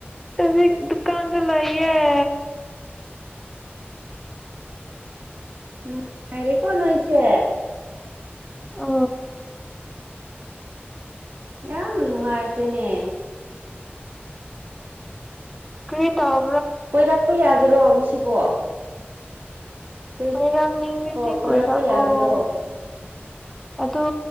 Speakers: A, in the centre; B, on the right (about 45°).
A: ꯑꯖꯤ ꯗꯨꯀꯥꯟ ꯇ ꯂꯥꯏꯌꯦ <inaudible>
B: ꯅꯨꯡꯉꯥꯏꯔꯦꯀꯣ ꯅꯣꯏꯁꯦ
A: ꯑ
B: ꯌꯥꯝ ꯅꯨꯡꯉꯥꯏꯈ꯭ꯔꯦꯅꯦ
A: ꯀ꯭ꯔꯤ ꯇꯧ
B: ꯀꯣꯏꯔꯥꯛꯄ ꯌꯥꯒꯦꯔꯣ ꯉꯁꯤꯕꯣ ꯀꯩꯁꯨ
A: ꯀꯣꯏꯔꯛ ꯅꯤꯡꯔꯗꯤ
B: ꯀꯣꯏꯔꯛꯄ
A: ꯀꯣꯏꯔꯛ
B: ꯌꯥꯒꯦꯔꯣ
A: ꯑꯣ ꯑꯗꯣ